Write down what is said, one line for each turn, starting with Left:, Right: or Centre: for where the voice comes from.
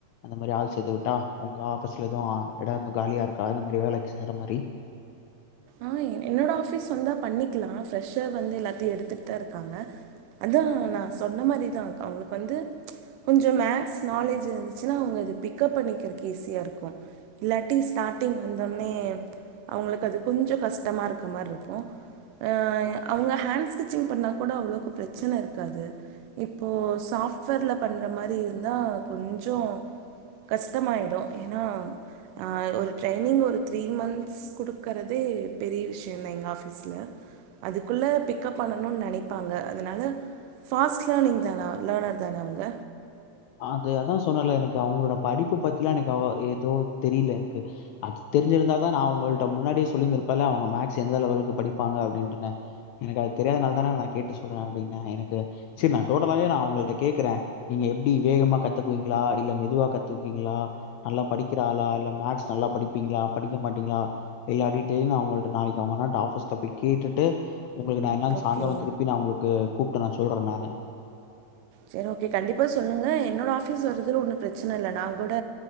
Left: அந்த மாரி ஆள் சேத்து வுட்டா உங்க ஆபீஸ்ல எதுவு எட எதும் காலியா இருக்கா அந்த மாரி வேலைக்கு செய்ற மாரி
Right: ஆ என்னோட ஆஃபீஸ் வந்தா பண்ணிக்கலா ஃப்ரெஷ்ஷர் வந்து எல்லாத்தையு எடுத்துட்டுதா இருக்காங்க அதா நா சொன்ன மாரிதா அவுங்களுக்கு வந்து கொஞ்சோ மேக்ஸ் நாலேஜ் இருந்துச்சின்னா அவுங்க அது பிக்கப் பண்ணிக்கறதுக்கு ஈஸியா இருக்கு இல்லாட்டி ஸ்டார்ட்டிங் வந்த ஒன்னே அவுங்களுக்கு அது கொஞ்சோ கஷ்டமா இருக்க மாரி இருக்கு அ அவுங்க ஹேண்ட் ஸ்டிச்சிங் பண்ணா கூட அவ்ளோக்கு பிரச்சன இருக்காது இப்போ சாஃப்ட்வேர்ல பண்ற மாரி இருந்தா கொஞ்சோ கஷ்டமாயிடு ஏன்னா அ ஒரு ட்ரைனிங் ஒரு த்ரீ மந்த்ஸ் குடு க்கறதே பெரிய விஷயந்தா எங்க ஆஃபீஸ்ல அதுக்குள்ள பிக்கப் பண்ணணு நெனைப்பாங்க அதனால ஃபாஸ்ட் லேர்னிங்தானா லேர்னர்தான அவுங்க
Left: அது அதா சொன்னல எனக்கு அவுங்களோட படிப்பு பத்தில்லா எனக்கு அவ எதோ தெரில எனக்கு அது தெரிஞ்சிருந்தா தா நா உங்கள்ட்ட முன்னாடியே சொல்லிந்திருப்பல்ல அவுங்க மேக்ஸ் எந்த லெவலுக்கு படிப்பாங்க அப்டின்டனு எனக்கு அது தெரியாதனால தான நா கேட்டு சொல்ற அப்டின்ன எனக்கு செரி நா டோட்டலாவே நா அவுங்கள்ட்ட கேக்குற நீங்க எப் ப்டி வேகமா கத்துக்குவீங்ளா இல்ல மெதுவா கத்துக்குவீங்ளா நல்லா படிக்கிற ஆளா இல்ல மேக்ஸ் நல்லா படிப்பீங்ளா படிக்க மாட்டீங்ளா இல்லாட்டிடேயு நா அவுங்கள்ட்ட நாளைக்கு அவங்க அண்ணன்ட்ட ஆஃபீஸ்ட போய் கேட்டுட்டு உங்குளுக்கு நா என்னான்
Right: ஓகே
Left: சாயந்தரோ திருப்பி நா உங்குளுக்கு கூப்ட்டு நா சொல்றேன் நானு
Right: சரி ஓகே கண்டிப்பா சொல்லுங்க என்னோட ஆஃபீஸ் வர்றதுல ஒன்னு பிரச்சன இல்ல நா கூட